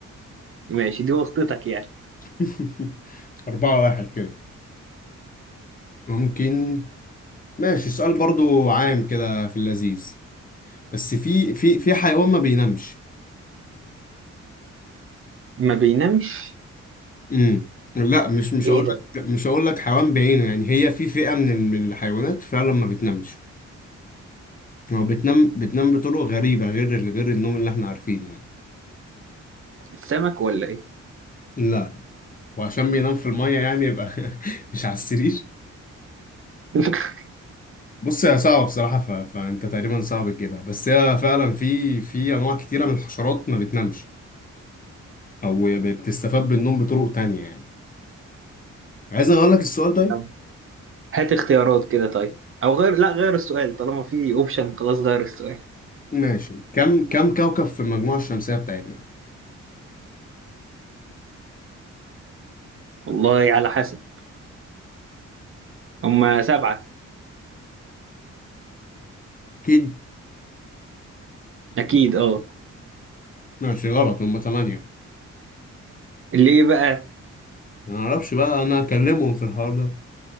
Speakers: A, on the right; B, on the left.
A: ماشي دي واسطتك يعني
B: <laughs> أربعة واحد كده ممكن ماشي السؤال برضو عام كده في اللذيذ بس في في في حيوان ما بينامش
A: ما بينامش
B: امم لا مش مش
A: ايه
B: هقول
A: ده
B: لك مش هقول لك حيوان بعينه يعني هي في فئة من ال- من الحيوانات فعلا ما بتنامش هو بتنام بتنام بطرق غريبة غير ال- غير النوم اللي احنا عارفينه يعني.
A: السمك ولا ايه
B: لا وعشان بينام في المية يعني يبقى <laughs> مش على السرير
A: <laughs>
B: بص هي صعبة بصراحة ف... فانت تقريبا صعب تجيبها بس هي فعلا في في انواع كتيرة من الحشرات ما بتنامش او ب- بتستفاد بالنوم بطرق تانية يعني عايز اقول لك السؤال طيب
A: طب هات اختيارات كده طيب او غير لا غير السؤال طالما في اوبشن خلاص غير السؤال
B: ماشي كم كم كوكب في المجموعة الشمسية بتاعتنا
A: والله على حسب هما سبعة
B: اكيد
A: اكيد اه
B: ماشي غلط هم 8
A: اللي ايه بقى
B: ما اعرفش بقى انا اكلمهم في الحوار ده